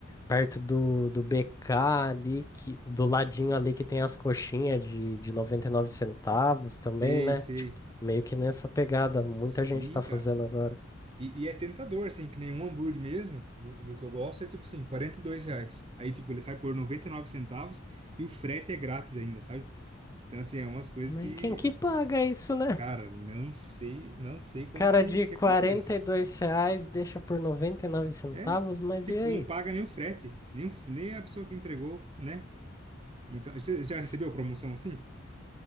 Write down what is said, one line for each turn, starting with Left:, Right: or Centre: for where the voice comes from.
Left: perto do, do BK ali, que, do ladinho ali que tem as coxinhas de, de 99 centavos também,
Right: Sei,
Left: né?
Right: sei.
Left: Tipo, meio que nessa pegada, muita
Right: Sim,
Left: gente tá fazendo
Right: cara.
Left: agora.
Right: E, e é tentador, assim, que nem um hambúrguer mesmo, do, do que eu gosto, é tipo assim, 42 reais. Aí, tipo, ele sai por 99 centavos e o frete é grátis ainda, sabe? Então, assim, é umas coisas
Left: Mas
Right: que,
Left: quem que
Right: é,
Left: paga isso, né?
Right: cara, não sei, não sei como
Left: Cara
Right: que,
Left: de
Right: que
Left: quarenta
Right: acontece.
Left: e dois reais deixa por 99 centavos,
Right: É,
Left: mas
Right: tipo,
Left: e aí?
Right: não paga nem o frete, nem, o- nem a pessoa que entregou, né? Então, você já
Left: Que
Right: recebeu
Left: s-
Right: promoção assim?